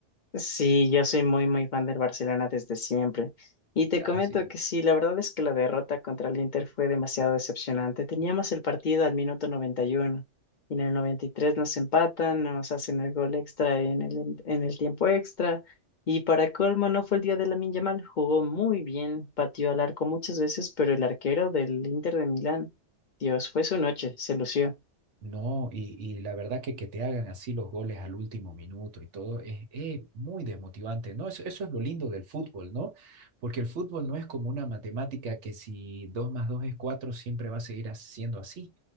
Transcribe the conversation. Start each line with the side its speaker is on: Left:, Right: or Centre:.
Left: Sí, yo soy muy, muy fan del Barcelona desde siempre. Y te
Right: Así
Left: comento que sí, la verdad es que la derrota contra el Inter fue demasiado decepcionante. Teníamos el partido al minuto noventa y uno y en el 93 nos empatan, nos hacen el gol extra en el, en el tiempo extra. Y para colmo, no fue el día de Lamine Yamal, jugó muy bien, pateó al arco muchas veces, pero el arquero del Inter de Milán, Dios, fue su noche, se lució.
Right: No, y, y la verdad que, que te hagan así los goles al último minuto y todo es, es muy desmotivante, ¿no? Eso, eso es lo lindo del fútbol, ¿no? Porque el fútbol no es como una matemática que si 2 más 2 es 4 siempre va a seguir as- siendo así.